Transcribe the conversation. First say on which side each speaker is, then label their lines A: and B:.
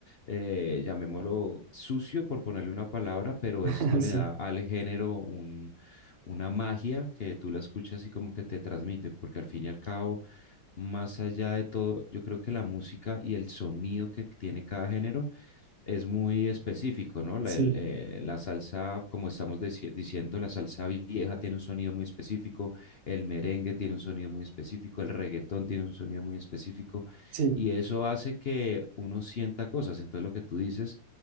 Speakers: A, on the left; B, on the right.
A: eh, llamémoslo sucio, por ponerle una palabra, pero
B: <laughs>
A: esto le
B: Sí,
A: da al género un, una magia que tú la escuchas y como que te transmite, porque al fin y al cabo, más allá de todo, yo creo que la música y el sonido que tiene cada género es muy específico, ¿no? La,
B: sí,
A: el, eh, la salsa, como estamos deci- diciendo, la salsa vieja tiene un sonido muy específico, el merengue tiene un sonido muy específico, el reggaetón tiene un sonido muy específico,
B: sí,
A: y eso hace que uno sienta cosas. Entonces, lo que tú dices,